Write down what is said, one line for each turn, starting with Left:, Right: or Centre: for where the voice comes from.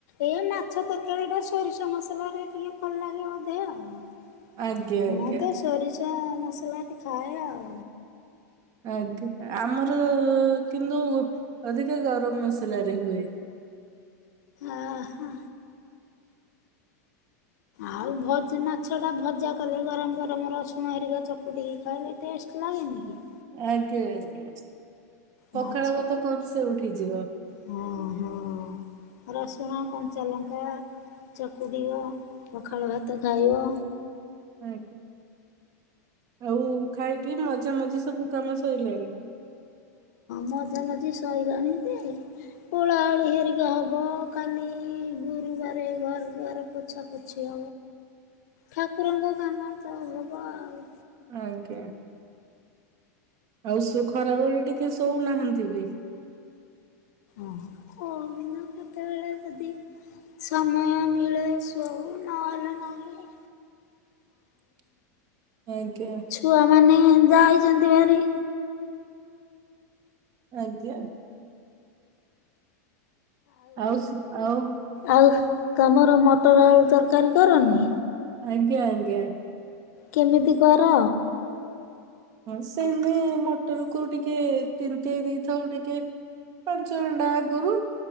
Left: ଏ ମାଛ ତରକାରୀ ଟା ସୋରିଷ ମସଲାରେ ଟିକେ ଭଲ ଲାଗେ ବୋଧେ ଆଉ।
Right: ଆଜ୍ଞା ଆଜ୍ଞା
Left: ମୁଁ ତ ସୋରିଷ ମସଲା ଖାଏ ଆଉ
Right: ଆଜ୍ଞା ଆମର କିନ୍ତୁ ଅଧକା ଗରମ ମସଲାରେ ହୁଏ। <inaudible>
Left: ଆ ହା ଆଉ ଭଜା ମାଛଟା ଭଜା କଲେ ଗରମ ଗରମ ରସୁଣ ହେରିକା ଚକୁଟିକି ଖାଇଲେ ଟେଷ୍ଟ ଲାଗେ ନେକି?
Right: ଆଜ୍ଞା ଆଜ୍ଞା ପଖାଳ
Left: ମାଛ
Right: ଭାତ କଂସେ ଉଠିଯିବ
Left: ହଁ ହଁ ରସୁଣ କଞ୍ଚା ଲଙ୍କା ଚକୁଟିବ ପଖାଳ ଭାତ ଖାଇବ।
Right: ଆଜ୍ଞା ଆଉ ଖାଇ ପିଇ ମଜା ମଜି ସବୁ କାମ ସଇଲାଣି?
Left: ମଜା ମଜି ସରଲାଣି ଯେ ଓଲାଏଳି ହେରିକା ହବ କାଲି ଗୁରୁବାରେ ଘର ଦୁଆର ପୋଛା ପୋଛି
Right: <inaudible>
Left: ହ ଠାକୁରଙ୍କ କାମ ତ ହବ ଆଉ
Right: ଆଜ୍ଞା ଆଉ ସୁ ଘର ଆଡ଼େ ଟିକେ ଶୋଉନାହାନ୍ତି ବି
Left: ଓ ଓ କେତବେଳେଦ <unintelligible> ସମୟ ମିଳେ ଶୋଉ ନ ହେଲେ ନାଇଁ
Right: <inaudible> ଆଜ୍ଞା
Left: ଛୁଆମାନେ ଯା ଇଛନ୍ତି ଭାରି
Right: ଆଜ୍ଞା-' ଆଉ ଆଉ
Left: ଆଉ ତମର ମଟର ଆଳୁ ତରକାରୀ କରନି?
Right: ଆଜ୍ଞା ଆଜ୍ଞା
Left: କେମିତି କର?
Right: ହଁ ସେମି ମଟର କୁ ଟିକେ ତିନ୍ତେଇ ଦେଇଥାଉ ଟିକେ। ପାଞ୍ଚ ଘଣ୍ଟା ଆଗରୁ